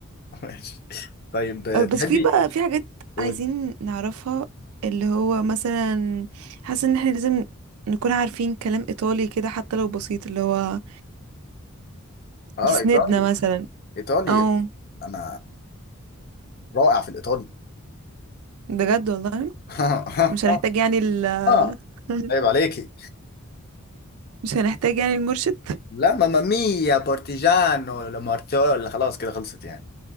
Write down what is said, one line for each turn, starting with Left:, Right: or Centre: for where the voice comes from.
Left: <laughs> ماشي طيب آه،
Right: أه، بس
Left: تحبي
Right: في بقى في حاجات
Left: قولي
Right: عايزين نعرفها اللي هو مثلا حاسة ان احنا لازم نكون عارفين كلام ايطالي كده حتى لو بسيط اللي هو
Left: اه
Right: يسندنا
Left: ايطالي
Right: مثلا
Left: ايطالي
Right: او
Left: انا رائع في الايطالي
Right: بجد والله
Left: <laughs>
Right: مش هنحتاج يعني ال
Left: اه
Right: <laughs>
Left: عيب عليكي
Right: مش هنحتاج يعني المرشد
Left: لا ماما ميا بارتيجانو لامارتيولا خلاص كده خلصت يعني